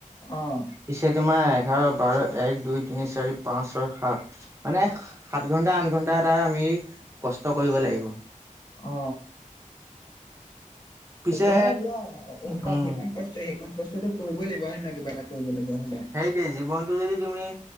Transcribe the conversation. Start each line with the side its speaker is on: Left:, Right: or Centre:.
Left: অহ,
Right: পিছে তোমাৰ এঘাৰ বাৰ এক দুই তিনি চাৰি পাঁচ ছয় সাত মানে সাত ঘণ্টা আঠ ঘণ্টা এটাৰ আমি কষ্ট কৰিব লাগিব।
Left: অ
Right: পিছে
Left: একো নাই দিয়া এনেকুৱা
Right: উম
Left: সিখন টেষ্ট, তে সেইকন কষ্টটো কৰিবই লাগিব হয় না নহয় কিবা এটা কৰিবলগিয়া হ'লে।
Right: সেইটোৱে জীৱনটো যদি তুমি।